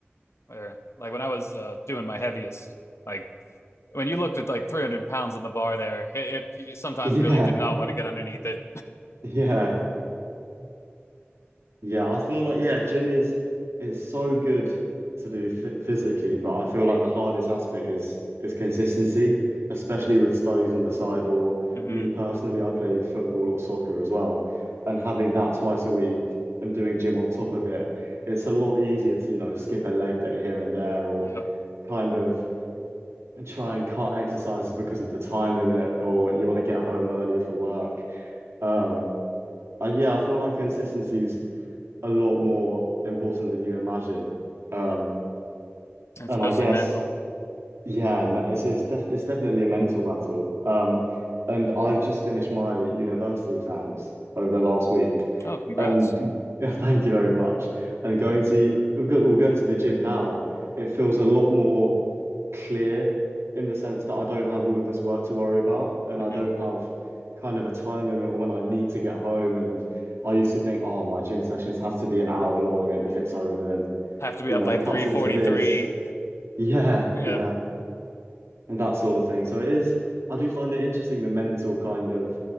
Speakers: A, on the left (about 75°); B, on the right (about 75°).
A: Where like when I was uh, doing my heaviest, like when you looked at like 300 pounds on the bar there, it, it you sometimes
B: Yeah,
A: really did not want to get underneath it.
B: yeah. Yeah, I feel like yeah, gym is is so good to do f physically, but I feel like the hardest aspect is is consistency, especially with studies on the side. Or
A: Mm-hmm.
B: me personally, I play football or soccer as well, and having that twice a week and doing gym on top of it, it's a lot easier to, you know, skip a leg day here and there, or
A: Yep,
B: kind of try and cut exercises because of the time limit, or you want to get home earlier for work. Um, and yeah, I feel like consistency a lot more important than you imagine. Um,
A: it's
B: and
A: mostly
B: I guess
A: mental.
B: yeah, me- it's it's, def it's definitely a mental battle. Um, and I've just finished my university exams over the last week,
A: Oh, congrats.
B: and <laughs> thank you very much. And going to we're go- we're going to the gym now. It feels a lot more clear in the sense that I don't have all of this work to worry about, and
A: Mm-hmm.
B: I don't have kind of a time limit or when I need to get home. And I used to think, oh, my gym sessions have to be an hour long, and if it's over, then
A: have to be
B: you
A: up
B: know
A: by
B: it
A: 343
B: cuts into this. Yeah,
A: you
B: yeah
A: know
B: and that sort of thing. So it is, I do find it interesting the mental kind of